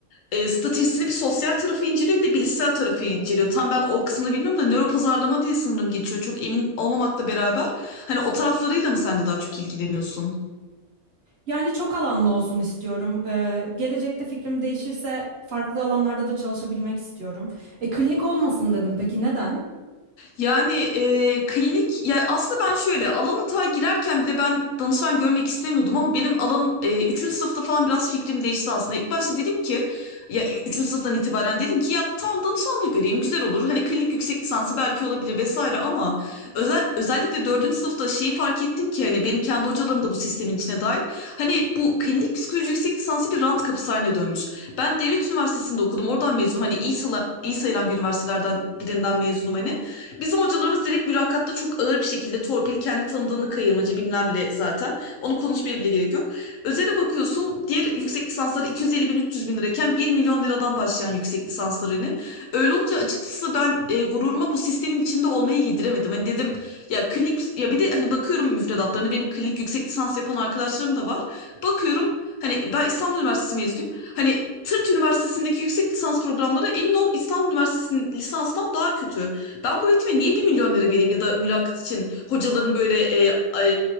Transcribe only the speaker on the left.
e, stratejisini bir sosyal tarafı inceliyor bir de bilişsel tarafı inceliyor. Tam ben o kısmını bilmiyorum da nöro pazarlama diye sanırım geçiyor. Çok emin olmamakla beraber hani o taraflarıyla mı sen de daha çok ilgileniyorsun?
Yani e, klinik ya aslında ben şöyle alanı ta girerken bile ben danışan görmek istemiyordum ama benim alan e, 3. sınıfta falan biraz fikrim değişti aslında. İlk başta dedim ki ya üçüncü sınıftan itibaren dedim ki ya tamam danışan da göreyim güzel olur. Hani klinik yüksek lisansı belki olabilir vesaire ama özel, özellikle dördüncü sınıfta şeyi fark ettim ki hani benim kendi hocalarım da bu sistemin içine dahil. Hani bu klinik psikoloji yüksek lisansı bir rant kapısı haline dönmüş. Ben devlet üniversitesinde okudum oradan mezunum hani iyi, sayılan- iyi sayılan bir üniversitelerden birinden mezunum hani. Bizim hocalarımız direkt mülakatta çok ağır bir şekilde torpil, kendi tanıdığını kayırmacı bilmemle zaten. Onu konuşmaya bile gerek yok. Özele bakıyorsun diğer yüksek lisansları 250 bin 300 bin lirayken 1 milyon liradan başlayan yüksek lisanslarını. Öyle olunca açıkçası ben e, gururuma bu sistemin içinde olmayı yediremedim. Hani dedim ya klinik ya bir de hani bakıyorum müfredatlarına hani benim klinik yüksek lisans yapan arkadaşlarım da var. Bakıyorum hani ben İstanbul Üniversitesi mezunuyum. Hani Tırt Üniversitesi'ndeki yüksek lisans programları emin ol İstanbul Üniversitesi'nin lisanstan daha kötü. Ben bu eğitime niye bir milyon lira vereyim ya da mülakat için hocaların böyle e, e,